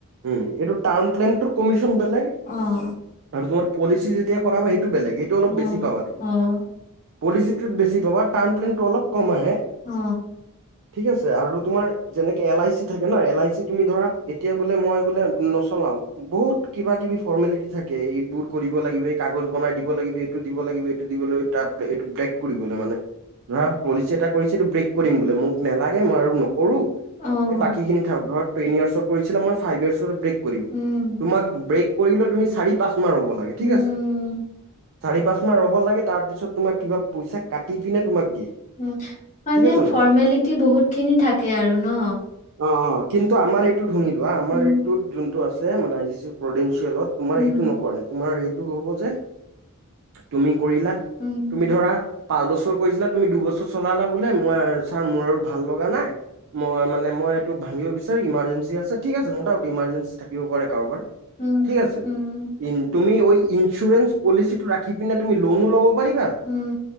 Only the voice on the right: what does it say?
উম, এইটোত টাৰ্ম প্লেনটো কমিচ <unintelligible>
আৰু তোমাৰ পলিচি যেতিয়া কৰাবা বেলেগ, সেইটো অলপ
বেছি পাবা তুমি।
পলিচিটোত বেছি পাবা ট্ৰাম প্লেনটো অলপ কম আহে।
ঠিক আছে আৰু তোমাৰ যেনেকে এল আই চি থাকে ন এল আই চি তুমি ধৰা এতিয়া বোলে মই বোলে নচলাও বহুত কিবা কিবি ফৰ্মেলিটি থাকে এইবোৰ কৰিব লাগিব। এই কাগজ বনাই দিব লাগিব। এইটো দিব লাগিব এইটো দিব লাগিব। ত, এইটো ব্ৰেক কৰিবলৈ মানে ধৰা পলিচি এটা কৰিছে। এইটো ব্ৰেক কৰিম বোলে। মোক নেলাগে। মই আৰু নকৰো।
এই বাকীখিনি ও ধৰ টেন ইয়াৰ্চৰ কৰিছিলে মই ফাইভ ইয়াৰ্চৰ ব্ৰেক কৰিম
তোমাক ব্ৰেক। কৰিলেো তুমি চাৰি পাছ ৰব লাগে,
ঠিক আছে। চাৰি পাঁচ মাহ ৰ'ব লাগে। তাৰ পিছত, তোমাক কিবা পইচা কাটি পিনে তোমাক। দিয়ে
ঠিক আছে
ন
অ, অ, কিন্তু আমাৰ এইটো। শুনিলোৱা, আমাৰ
এইতটোত জোনটো আছে। মান, যিছ প্ৰদিয়ছ। <unintelligible> তলত মই তোমাৰ
সেইটো নকৰে, তোমাৰ সেইটো হ'ব যে, তুমি। কৰিলা,
তুমি ধৰা। পাঁচ বছৰ কৈইছিলা, তুমি দুবছৰ চলালা বোলে, মই ছাৰ মোৰ আৰু ভাল লগা নাই। মই মানে, মই এইটো ভাঙিব বিচাৰো ইমাৰ্জেঞ্চি আছে। ঠিক আছে ন দাউত ইমাৰ্জেঞ্চি থাকিব পাৰে কাৰোবাৰ।
ঠিক আছে,
ইন তুমি ঐ ইঞ্চুৰেঞ্চ পলিচিটো ৰাখি পিনে তুমি লোন লব পাৰি হা